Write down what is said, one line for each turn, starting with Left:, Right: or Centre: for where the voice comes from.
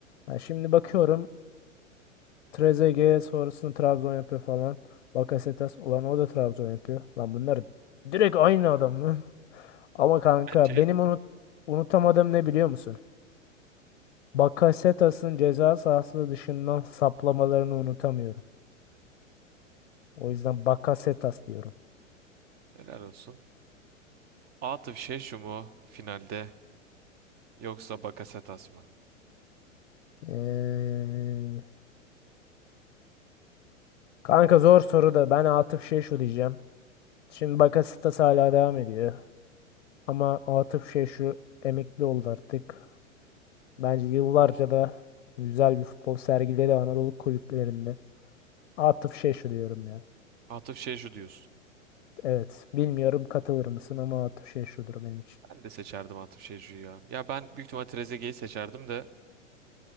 Left: ya şimdi bakıyorum Trezeguet sonrasında Trabzon yapıyor falan. Bakasetas ulan o da Trabzon yapıyor. Lan bunlar direkt aynı adam lan. <laughs> Ama kanka
Right: Ki
Left: benim unut unutamadığım ne biliyor musun? Bakasetas'ın ceza sahası dışından saplamalarını unutamıyorum. O yüzden Bakasetas diyorum.
Right: Helal olsun. Atıf Şeşu mu finalde yoksa Bakasetas mı?
Left: Ee, kanka zor soru da ben Atıf şey şu diyeceğim. Şimdi Bakasetas hala devam ediyor. Ama Atıf şey şu emekli oldu artık. Bence yıllarca da güzel bir futbol sergiledi Anadolu kulüplerinde. Atıf Şeşu diyorum ya.
Right: Atıf Şeşu diyorsun.
Left: Evet. Bilmiyorum katılır mısın ama Atıf Şeşu'dur benim için.
Right: Ben de seçerdim Atıf Şeşu'yu ya. Ya ben büyük ihtimal Trezeguet'i seçerdim de.